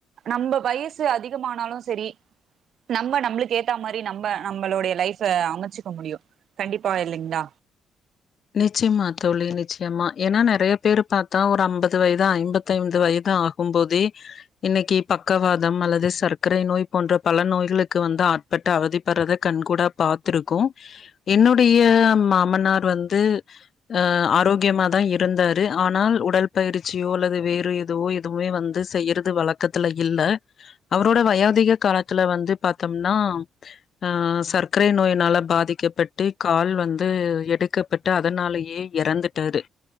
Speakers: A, on the right (about 65°); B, on the left (about 55°).
A: நம்ம வயசு அதிகமானாலு சரி நம்ம நம்மளுக்கு ஏத்தா மாரி நம்ம நம்மளுடைய லைஃப்ப அமச்சுக்க முடியு கண்டிப்பா பாயலிங்களா
B: நிச்சயமா தோழி நிச்சயம்மா ஏனா நா நெறய பேர் பாத்தா ஒரு அம்பது வயது ஐம்பத்தி ஐந்து வயது ஆகும் போதே இன்னைக்கு பக்கவாதம் அல்லது சர்க்கரை நோய் போன்ற பல நோய்களுக்கு வந்து ஆட்பட்டு அவதிப்படறத கண் கூட பாத்திருக்கோ என்னுடைய மாமனார் வந்து அ ஆரோக்கியமா தா இருந்தாரு ஆனால் உடல் பயிற்சியோ அல்லது வேறு எதுவோ எதுவுமே வந்து செய்யுறது வழக்கத்துல இல்ல அவரோட வயாதிக காலத்ல வந்து பாத்தம்னா அ சர்க்கரை நோயினால பாதிக்கப்பட்டு கால் வந்து எடுக்க பட்டு அதனாலயே எறந்துட்டாரு